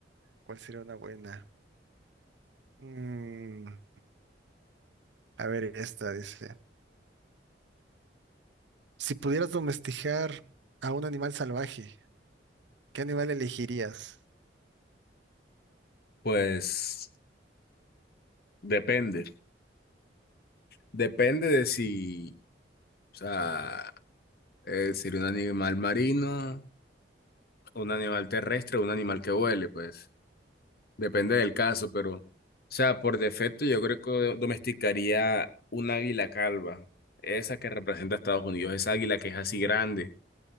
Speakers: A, on the right; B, on the left.
A: ¿cuál sería una buena? Mm, a ver, esta dice. Si pudieras domesticar a un animal salvaje, ¿qué animal elegirías?
B: Pues depende, depende de si, o sea, eh, sería un animal marino, un animal terrestre o un animal que vuele, pues depende del caso, pero, o sea, por defecto yo creo que domesticaría un águila calva, esa que representa a Estados Unidos, esa águila que es así grande.